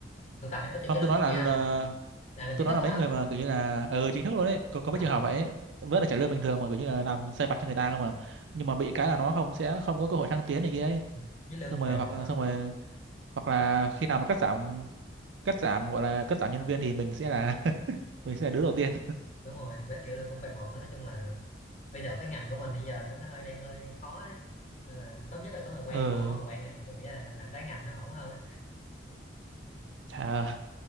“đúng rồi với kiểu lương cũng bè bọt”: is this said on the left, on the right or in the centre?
Left